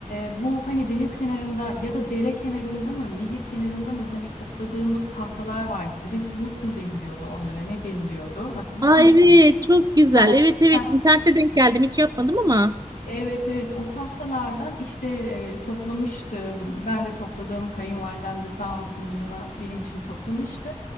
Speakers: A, on the left (about 85°); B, on the right (about 25°).
A: e, bu hani deniz kenarında ya da dere kenarında mı, nehir kenarında mı hani topladığımız tahtalar vardı. Driftwood mu deniliyordu onlara? Ne deniliyordu? Hatırlıyor
B: Aa,
A: musun?
B: evet çok güzel.
A: Heh,
B: Evet evet
A: heh.
B: internette denk geldim hiç yapmadım ama.
A: Evet evet o tahtalardan işte e, toplamıştım. Ben de topladım. Kayınvalidem de sağ olsun bana, benim için toplamıştı.